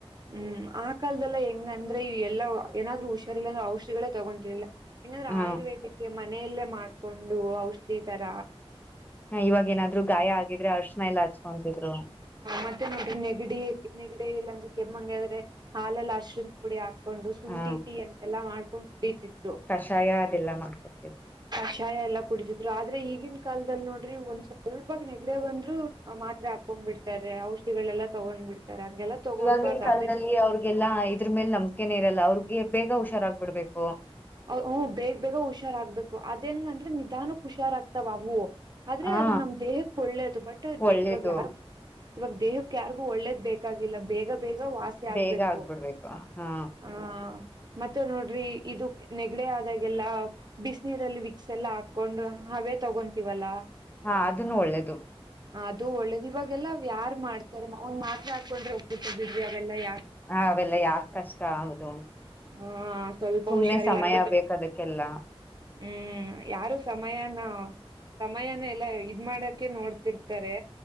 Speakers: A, on the right; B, on the left.
A: ಹ್ಮ್ ಆ ಕಾಲದೆಲ್ಲ ಹೆಂಗಂಗ ್ರೆ ಎಲ್ಲ ಏನಾದ್ರು ಹುಷಾರಿಲ್ಲ ಅ್ರ ಔಷಧಿಗಳೇ ತಗೊಂಡಿರ್ಲಿಲ್ಲ ಏಕಂದ್ರೆ
B: ಹಾ
A: ಆಯುರ್ವೇದಿಕಕ್ಕೆ ಮನೆಯಲ್ಲೇ ಮಾಡ್ಕೊಂಡು ಔಷಧಿ ತರ
B: ಇವಾಗ ಏನಾದ್ರು ಗಾಯ ಆಗಿದ್ರೆ ಅರ್ಶಣ ಎಲ್ಲ ಹಚ್ಕೊಂತಿದ್ರು
A: ಮತ್ತೆ ನೋಡ್ರಿ ನೆಗಡಿ ನಗಡ ಇಲ್ಲ ಅ್ರ ಕೆಮ್ಮಂಗಾದ್ರೆ ಹಾಲಲ್ಲಿ ಅಶ್ರಣ ಪುಡಿ ಹಾಕೊಂಡು ಶುಂಠಿ
B: ಹಾ
A: ಟೀ ಅಂತೆಲ್ಲಾ ಮಾಡ್ಕೊಂಡು ಕುಡಿತ
B: ಕಷಾಯ ಅದೆಲ್ಲಾ ಮಾಡ್ಕೊಡ್ತವಿ
A: ವಿಷಾಯ ಎಲ್ಲ ಕುಡಿದ್ರು ಆದ್ರೆ ಈಗಿನ ಕಾಲದಲ್ಲಿ ನೋಡ್ರಿ ಒಂದ್ ಸ್ವಲ್ಪ ನೆಗಡೆ ಬಂದ್ರು ಮಾತ್ರೆ ಹಾಕೊಂಡ್ ಬಿಡ್ತಾರೆ ಔಷಿಗಳೆಲ್ಲ ತಗೊಂಡ್ ಬಿಡ್ತಾರೆ ಹಂಗೆಲ್ಲಾ ತಗೊಳ್ಬಾರ್ದು
B: ಇವಾಗಿನ ಕಾಲದಲ್ಲಿ
A: ಆದ್ರೆ
B: ಅವ್ರಗೆಲ್ಲಾ ಇದ್ರ ಮೇಲೆ ನಂಬಿಕೆನ ಇರಲ್ಲ ಅವ್ರಗ ಬೇಗ ಹುಷಾರಾಗಬಿಡ್ಬೇಕು
A: ಹ್ ಬೇಗ್ ಬೇಗ ಹುಷಾರಾಗಗ್ಬೇಕು ಅದೇಂಗಂದ್ರೆ ನಿಧಾನಕ್ ಹುಷಾರ್ ಆಗ್ತಾವ ಹೂವು ಆದ್ರೆ
B: ಹಾ
A: ಅದು ನಮ ದೇಹಕ್ಕೆ ಒಳ್ಳೇದು ಬಟ್ಟ ಇದ್ದೆ
B: ಒಳ್ಳೇದು
A: ಇವಾಗ ಯಾರು ಇವಾಗ ದೇಹಕ್ಕೆ ಯಾರಿಗು ಒಳ್ಳೇದ ಬೇಕಾಗಿಲ್ಲ ಬೇಗ ಬೇಗ ವಾಸಿ ಆಗ್ಬೇಕು
B: ಬೇಗ ಆಗ್ಬಿಡ್ಬೇಕು ಹಾ
A: ಆ ಮತ್ತೆ ನೋಡ್ರಿ ಇದು ನೆಗಡೆ ಆದಾಗೆಲ್ಲ ಬಿಸಿನೀರಲ್ಲಿ ವಿಕ್ಸ್ ಎಲ್ಲಾ ಹಾಕೊಂಡು ಹವೆ ತಗೊಂತೀವಲ್ಲ
B: ಹಾ ಅದನ್ನು ಒಳ್ಳೇದು
A: ಅದು ಒಳ್ಳೇದು ಇವಾಗೆಲ್ಲ ಯಾರ್ು ಮಾಡ್ತಾರೆ ಒ್ ಮಾತ್ರೆ ಹಾಕೊಂಡ್ರೆಬ ಬಿಡ್ರಿ ಅವೆಲ್ಲ ಯ
B: ಹ ಅವೆಲ್ಲ ಯಾಕ ಕಷ್ಟ ಹೌದು
A: ಹ ಸ್ವಲ್ಪ
B: ಸುಮ್ನೆ
A: ಹುಷಾರಿಲ್ಲ
B: ಸಮಯ
A: ಅಂತಟ್ಟು
B: ಬೇಕದಕ್ಕೆಲ್ಲ
A: ಹ್ಮ್ ಯಾರು ಸಮಯನ ಸಮಯಾನ ಎಲ್ಲ ಇದ್ ಮಾಡಕೆ ನೋಡ್ತಿರ್ತಾರೆ